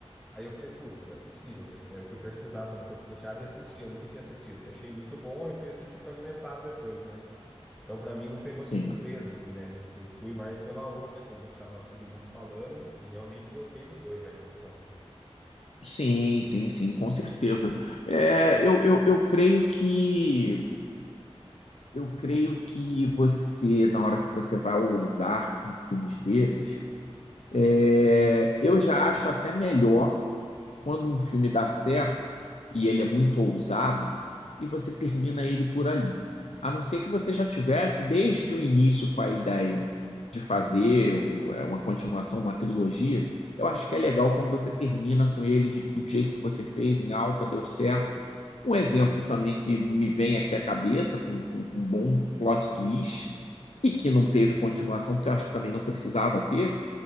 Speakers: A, in the centre; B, on the left.
A: Aí eu falei, puta, não é possível, né? Daí Eu fui pesquisar sobre Corpo Fechado e assisti, eu nunca tinha assistido. E achei muito bom e fui assistir o Fragmentado depois, né? Então, pra mim, não pegou
B: sim,
A: de surpresa, assim, né? Eu fui mais pela onda, que eu vi que tava todo mundo falando, e realmente gostei dos dois, é muito bom.
B: sim, sim, sim, com certeza. É, eu, eu, eu creio que eu creio que você, na hora que você vai ousar em filmes desses, é, eu já acho até melhor quando um filme dá certo e ele é muito ousado e você termina ele por ali. A não ser que você já tivesse desde o início com a ideia de fazer
A: Uhum.
B: um- é, uma continuação, uma trilogia, eu acho que é legal quando você termina com ele de- do jeito que você fez, em alta, deu certo. Um exemplo
A: Terminou.
B: também que me vem aqui à cabeça, com, com- com um bom plot twist, e que não teve continuação, porque eu acho que também não precisava ter,